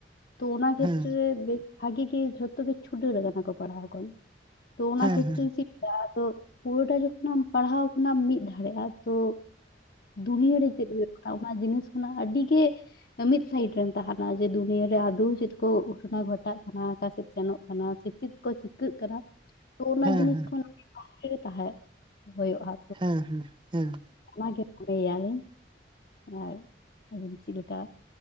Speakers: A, on the left; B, on the right.
A: ᱛᱚ ᱚᱱᱟ
B: ᱦᱮᱸ
A: ᱠᱮᱛᱨᱮ ᱨᱮ ᱵᱮᱥ ᱵᱷᱟᱜᱤ ᱜᱮᱤ ᱡᱷᱚᱛᱚ ᱠᱤᱪᱷᱩ ᱪᱷᱩᱰᱟ. ᱨ ᱠᱟᱱᱟ ᱠᱚ ᱯᱟᱲᱦᱟᱣ ᱠᱚᱱ ᱛᱚ ᱚᱱᱟ
B: ᱦᱮᱸ
A: ᱠᱷᱮᱛᱨᱮ
B: ᱦᱮᱸ ᱦᱮᱸ
A: ᱨᱮ ᱪᱮᱫ ᱠᱟ ᱛᱚ ᱯᱩᱨᱟᱹᱴᱟ ᱡᱚᱠᱷᱚᱱᱮᱢ ᱯᱟᱲᱦᱟᱣ ᱠᱷᱚᱱᱟᱢ ᱢᱤᱫ ᱫᱷᱟᱨᱮᱜᱼᱟ ᱛᱳ ᱫᱩᱱᱭᱟᱹ ᱨᱮ ᱪᱮᱫ ᱦᱩᱭᱩᱜ ᱠᱟᱱᱟ ᱚᱱᱟ ᱡᱤᱱᱤᱥ ᱠᱷᱚᱱᱟᱜ ᱟᱹᱰᱤᱜᱮᱼᱼ ᱢᱤᱫ ᱥᱟᱭᱤᱰ ᱨᱮᱢ ᱛᱟᱦᱮᱱᱟ ᱡᱮ ᱫᱩᱱᱭᱟᱹᱨᱮ ᱟᱫᱚ ᱪᱮᱫ ᱠᱚ ᱜᱷᱚᱴᱚᱱᱟ ᱜᱷᱚᱴᱟᱜ ᱠᱟᱱᱟ ᱚᱠᱟᱥᱮᱫ ᱥᱮᱱᱚᱜ ᱠᱟᱱᱟ ᱥᱮ ᱪᱮᱫᱼᱼ ᱠᱚ ᱪᱤᱠᱟᱹᱜ ᱠᱟᱱᱟ ᱛᱚ ᱚᱱᱟ
B: ᱦᱮᱸ
A: ᱡᱤᱱᱤᱥ
B: ᱦᱮᱸ
A: ᱠᱷᱚᱱ ᱵᱟᱦᱨᱮ ᱨᱮ ᱛᱟᱦᱮᱸ ᱦᱩᱭᱩᱜᱼᱟ
B: ᱦᱮᱸ ᱦᱮᱸ ᱦᱮᱸ
A: ᱟᱱᱟ ᱜᱮ ᱢᱚᱱᱮᱭᱟᱞᱤᱧ ᱟᱨ ᱟᱵᱚ ᱪᱮᱫ ᱞᱮᱠᱟ